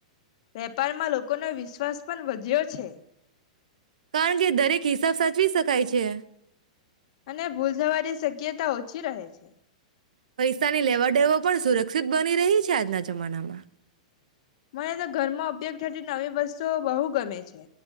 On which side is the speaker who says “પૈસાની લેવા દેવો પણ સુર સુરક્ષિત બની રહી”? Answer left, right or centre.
Right